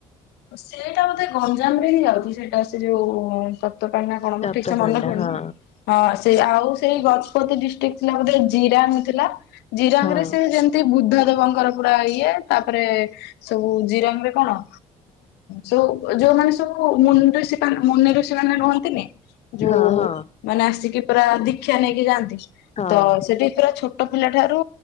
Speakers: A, on the left; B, on the left.
A: ସେଇଟା ବୋଧେ ଗଞ୍ଜାମ୍ ରେ ହିଁ ଯାଉଚି ସେଇଟା ସେ ଯେଉ ତପାଣି ନା କଣ
B: ତପ୍ତପାଣ୍ଡା
A: ମୋର ଠିକ୍ ସେ ମନେ ପଡୁନି
B: ହଁ।
A: ହଁ ସେ ଆଉ ସେଇ ଗଜ୍ ପତି ଡିଷ୍ଟ୍ରିକ୍ଟ ନାଁ ବୋଧେ ଜିରାମ୍ ଥିଲା ଜିରାମ୍
B: ହଁ
A: ରେ ସେ ଯେମି ତି ବୁଦ୍ଧ ଦେବଙ୍କର ପୁରା ଇଏ ତାପରେ ସବୁ ଜିରାଙ୍ଗ୍ ରେ କଣ ଯୋଉ ଯୋଉ ମାନେ ସବୁ ମୁନିଋଷି ମୁନିଋଷି ମାନେ ରୁହନ୍ତିନି ଯୋଉ
B: ହଁ ହଁ
A: ମାନେ ଆସିକି ପୁରା ଦୀକ୍ଷା ନେଇକି ଯାଆନ୍ତି
B: ହଁ
A: ତ ସେଠି ପୁରା ଛୋ ଟ ପିଲା ଠାରୁ